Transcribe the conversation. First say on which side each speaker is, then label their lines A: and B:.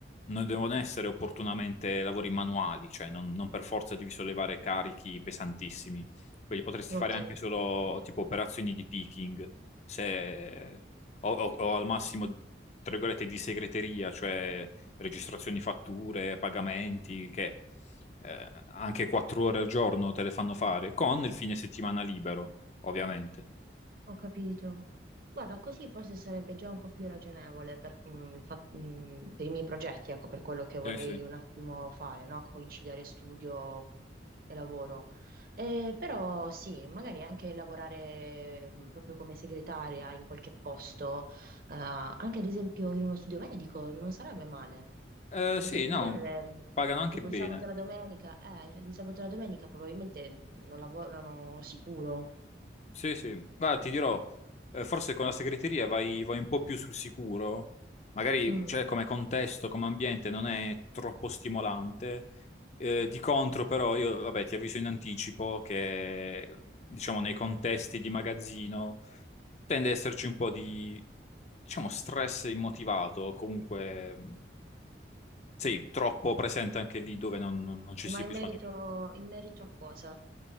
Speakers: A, on the left (about 40°); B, on the right (about 50°).
A: non devono essere opportunamente lavori manuali, cioè non, non per forza devi sollevare carichi pesantissimi. Quelli potresti
B: Ok.
A: fare anche solo tipo operazioni di picking, se- o, o- o al massimo, tra virgolette, di segreteria, cioè registrazioni fatture, pagamenti, che eh, anche quattro ore al giorno te le fanno fare, con il fine settimana libero, ovviamente.
B: Ho capito. Guarda, così forse sarebbe già un po' più ragionevole per, mm, il fa- mm, per i miei progetti, ecco, per quello che vorrei
A: Sì, sì.
B: un attimo fare, no? Conciliare studio e lavoro. Eh, però sì, magari anche lavorare mm, proprio come segretaria in qualche posto, eh, anche ad esempio in uno studio medico, non sarebbe male,
A: Eh, sì,
B: perché in
A: no,
B: genere... mm,
A: pagano anche
B: Tipo
A: bene.
B: il sabato e la domenica, eh, il sabato e la domenica probabilmente non lavorano sicuro.
A: Sì, sì. Guarda, ti dirò, eh, forse con la segreteria vai, vai un po' più sul sicuro. Magari,
B: Mm.
A: cioè, come contesto, come ambiente non è troppo stimolante. Eh, di contro, però, io, vabbè, ti avviso in anticipo che, diciamo, nei contesti di magazzino tende ad esserci un po' di, diciamo, stress immotivato, comunque, mh, sì, troppo presente anche lì dove non, non- non ci
B: Ma
A: sia
B: in
A: bisogno.
B: merito, in merito a cosa?